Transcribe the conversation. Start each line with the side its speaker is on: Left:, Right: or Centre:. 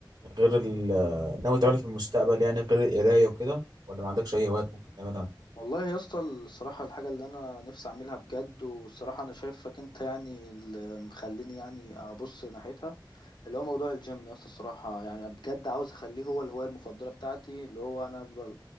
Right: غير ال ناوي تعمل في المستقبل يعني غير القراية وكده ولا ما عندكش أي هوايات ممكن تعملها؟
Left: والله يا اسطى الصراحة الحاجة اللي أنا نفسي أعملها بجد والصراحة أنا شايفك أنت يعني اللي مخليني يعني أبص ناحيتها اللي هو موضوع الجيم يا اسطى الصراحة يعني بجد عاوز اخليه هو الهواية المفضلة بتاعتي اللي هو انا افضل